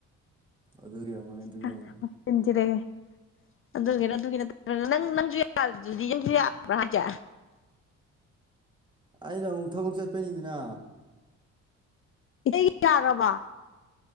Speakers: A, on the right; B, on the left.
A: ꯑꯗꯨꯒꯤ ꯑꯣꯏꯔꯝꯒꯅꯤ ꯑꯗꯨꯒꯤ
B: <unintelligible>
A: ꯑꯣꯏꯔꯝꯒꯅꯤ
B: ꯆꯤꯟ ꯊꯤꯔꯦꯍꯦ ꯑꯗꯨꯒꯤꯔꯥ ꯑꯗꯨꯒꯤ ꯅꯠꯇꯕ꯭ꯔ ꯅꯪ ꯅꯪꯁꯨ ꯌꯥꯗ꯭ꯔꯗꯤ ꯌꯨꯝꯁꯨ ꯌꯥꯕ꯭ꯔꯥ ꯍꯥꯏꯁꯦ
A: ꯑꯩꯗꯣ ꯑꯃꯨꯛ ꯊꯕꯛ ꯆꯠꯄꯅꯤꯗꯅ
B: ꯏꯇꯩꯒꯤ ꯌꯥꯈ꯭ꯔꯕꯣ